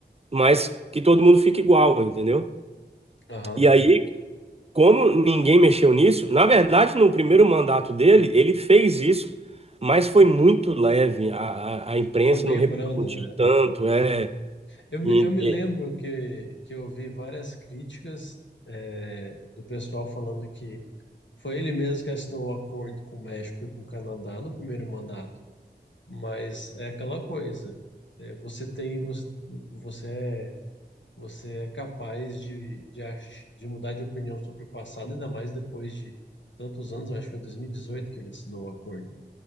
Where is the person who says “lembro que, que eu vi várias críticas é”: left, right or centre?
Left